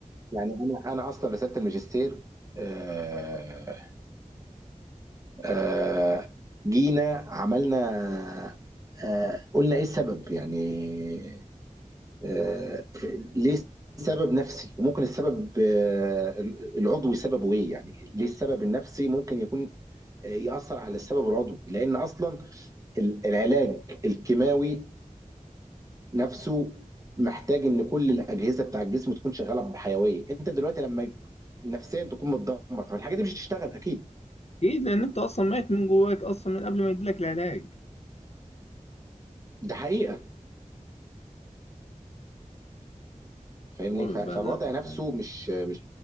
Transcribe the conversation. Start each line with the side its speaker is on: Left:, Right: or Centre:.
Right: يعني انا انا اصلا رساله الماجستير آه آه، جينا عملنا آه، قلنا ايه السبب يعني آه، ليه السبب نفسي وممكن السبب آه، العضوي سببه ايه يعني ليه السبب النفسي ممكن يكون آه، يأثر على السبب العضوي لأن أصلا ال- العلاج الكيماوي نفسه محتاج إن كل الأجهزة بتاع الجسم تكون شغالة بحيوية أنت دلوقتي لما يك- نفسيا تكون متدمر فالحاجة دي مش هتشتغل أكيد
Left: اكيد لان انت اصلا ميت من جواك اصلا من قبل ما يديلك العلاج
Right: ده حقيقة فاهمني
Left: والله ما
Right: ف-
Left: بتبهدل
Right: فالوضع
Left: يا قسم
Right: نفسه
Left: بالله.
Right: مش مش